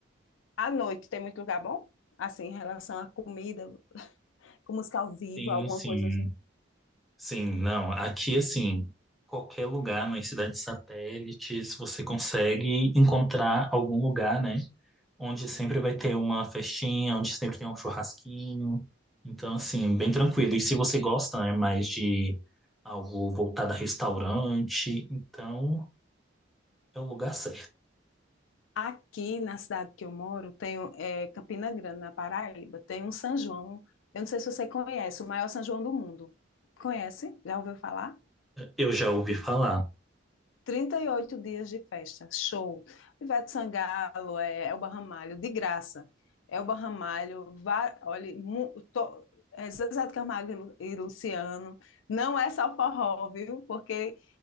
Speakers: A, on the left; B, in the centre.
A: à noite tem muito lugar bom? Assim, em relação à comida, com música ao vivo,
B: Sim,
A: alguma
B: sim,
A: coisa assim.
B: sim, não, aqui assim, qualquer lugar nas cidades satélites você consegue encontrar algum lugar, né, onde sempre vai ter uma festinha, onde sempre tem um churrasquinho. Então, assim, bem tranquilo. E se você gosta, né, mais de algo voltado a restaurante, então é o lugar certo.
A: Aqui na cidade que eu moro, tem é, Campina Grande, na Paraíba, tem um São João. Eu não sei se você conhece, o maior São João do mundo. Conhece? Já ouviu falar?
B: Eu já ouvi falar.
A: 38 dias de festa, show. Ivete Sangalo, é, Elba Ramalho, de graça. Elba Ramalho, va- olha, mu- to- é, Zezé de Camargo e Lu- e Luciano. Não é só forró, viu? Porque,